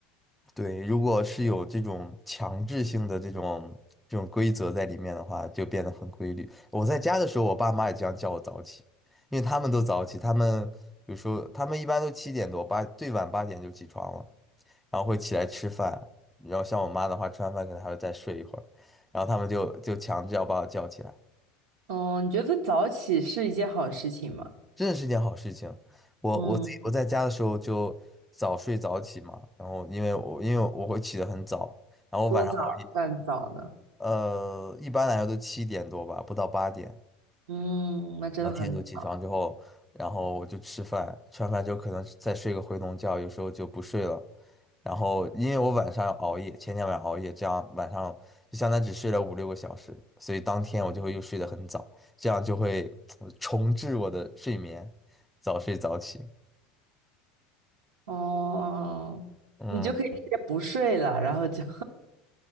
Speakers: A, in the centre; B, on the right.
A: 对，如果是有这种强制性的这种这种规则在里面的话，就变得很规律。我在家的时候，我爸妈也经常叫我早起，因为他们都早起，他们有时候他们一般都七点多八，最晚八点就起床了，然后会起来吃饭。然后像我妈的话，吃完饭可能还要再睡一会儿，然后他们就就强制要把我叫起来。
B: 哦，你觉得早起是一件好事情吗？
A: 真的是件好事情。我我自己我在家的时候就早睡早起嘛，
B: 嗯
A: 然后因为我因为我会起得很早，然后晚上熬夜，
B: 多早算早呢？
A: 呃，一般来说都七点多吧，不到八点，
B: 嗯，那真的很早
A: 然后天都起床之后，然后我就吃饭，吃完饭之后可能再睡个回笼觉，有时候就不睡了。然后因为我晚上熬夜，前天晚上熬夜，这样晚上就相当于只睡了五六个小时，所以当天我就会又睡得很早，这样就会 <tsk> 呃重置我的睡眠，早睡早起。
B: 哦，
A: 嗯，
B: 你就可以直接不睡了，然后就